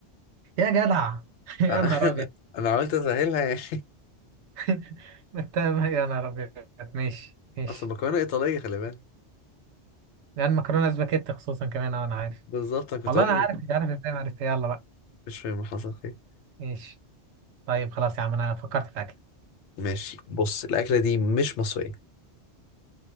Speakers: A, on the right (about 75°); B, on the left (about 80°).
A: يا جدع <laughs>
B: <laughs>
A: يا
B: آه،
A: نهار
B: أنا
A: أبيض
B: أنا عملت أسهلها يعني
A: <laughs> أنت يا نهار أبيض ماشي
B: <laughs>
A: ماشي
B: أصل المكرونة إيطالية خلي بالك
A: لأن مكرونة سباكيت خصوصا كمان أه، أنا عارف
B: بالظبط أنا كنت
A: والله
B: أقول
A: أنا عارف مش عارف إزاي ما عرفت يلا بقى
B: مش فاهم حصل خير
A: ماشي طيب خلاص يا عم أنا فكرت في أكل
B: ماشي بص الأكلة دي مش مصرية